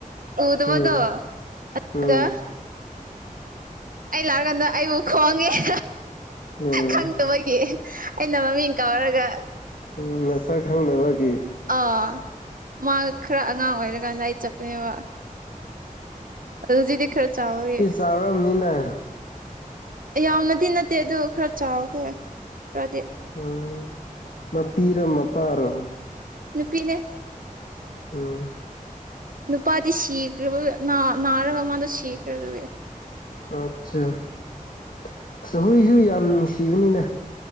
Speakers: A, on the right; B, on the left.
A: ꯎꯗꯕꯗꯣ
B: ꯎꯝ
A: ꯑꯗꯨꯒ
B: ꯎꯝ ꯎꯝ
A: ꯑꯩ ꯂꯥꯛꯑꯀꯥꯟꯗ ꯑꯩꯕꯨ ꯈꯣꯡꯉꯦ <unintelligible>
B: ꯎꯝ
A: ꯈꯪꯇꯕꯒꯤ ꯑꯩꯅ ꯃꯃꯤꯡ ꯀꯧꯔꯒ
B: ꯎꯝ ꯃꯁꯛ ꯈꯪꯗꯕꯒꯤ
A: ꯑꯥ ꯃꯥ ꯈꯔ ꯑꯉꯥꯡ ꯑꯣꯏꯔꯀꯥꯟꯗ ꯑꯩ ꯆꯠꯄꯅꯦꯕ ꯑꯗꯨ ꯍꯩꯖꯛꯗꯤ ꯈꯔ ꯆꯥꯎꯋꯦ
B: ꯆꯥꯎꯔꯝꯅꯤꯅ
A: ꯌꯥꯝꯅꯗꯤ ꯅꯠꯇꯦ ꯑꯗꯨ ꯈꯔ ꯆꯥꯎꯈ꯭ꯔꯦ ꯈꯔꯗꯤ
B: ꯎꯝ ꯃꯄꯤꯔꯣ ꯃꯄꯥꯔꯣ
A: ꯅꯨꯄꯤꯅꯦ
B: ꯎꯝ
A: ꯅꯨꯄꯥꯗꯤ ꯁꯤꯈꯔꯕ ꯅꯥ ꯅꯥꯔꯒ ꯃꯥꯗꯣ ꯁꯤꯈ꯭ꯔꯦ ꯑꯗꯨꯒꯤ
B: ꯑꯠꯆꯥ ꯍꯨꯏꯖꯨ ꯌꯥꯝ ꯅꯨꯡꯁꯤꯕꯅꯤꯗ